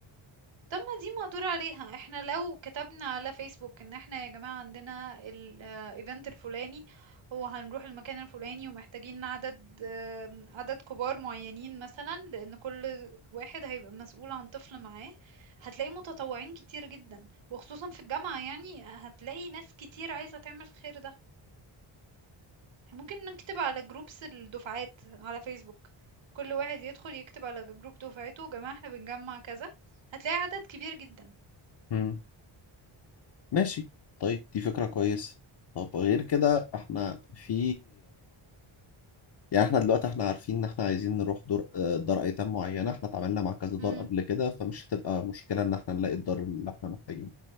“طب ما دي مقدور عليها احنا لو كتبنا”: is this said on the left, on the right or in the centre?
Right